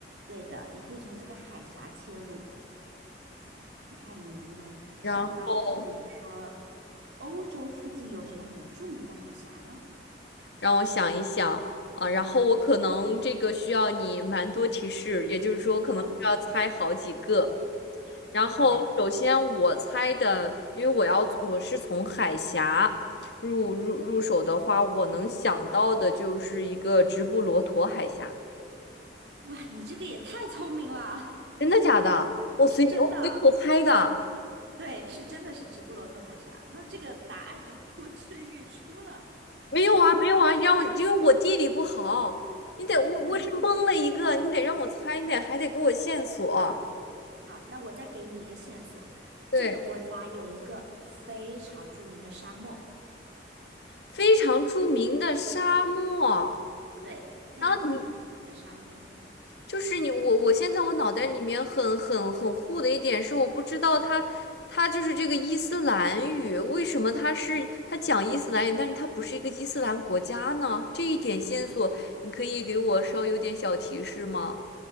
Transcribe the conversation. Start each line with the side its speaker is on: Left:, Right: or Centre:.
Right: 对的，你可以从这个海峡切入。你看你能不能想到，
Left: 然后
Right: 就比如说欧洲附近有什么很著名的海峡呢？
Left: 让我想一想啊，然后我可能这个需要你蛮多提示，也就是说我可能需要猜好几个。
Right: 好，
Left: 然后首先我猜的，
Right: 好嘞，
Left: 因为我要我是从海峡入入入手的话，我能想到的就是一个直布罗陀海峡，
Right: 哇，你这个也太聪明了，
Left: 真的假的？
Right: <laughs>
Left: 我随便我随口猜的。
Right: 是真的。对，是真的是直布罗陀海峡，那这个答案就呼之欲出了。
Left: 没有啊，没有啊，你让我，因为我地理不好，你得我我是蒙了一个，
Right: 嗯，
Left: 你得让我猜，你得还得给我线索。
Right: 好，好，那我再给你一个线索，
Left: 对，
Right: 这个国家有一个非常著名的沙漠，
Left: 非常著名的沙漠。
Right: 对，它有个很著名的沙漠。
Left: 然后你就是你，我我现在我脑袋里面很很很糊的一点是，我不知道它它就是这个伊斯兰语，为什么它是它讲伊斯兰语，但是它不是一个伊斯兰国家呢？这一点线索，你可以给我稍有点小提示吗？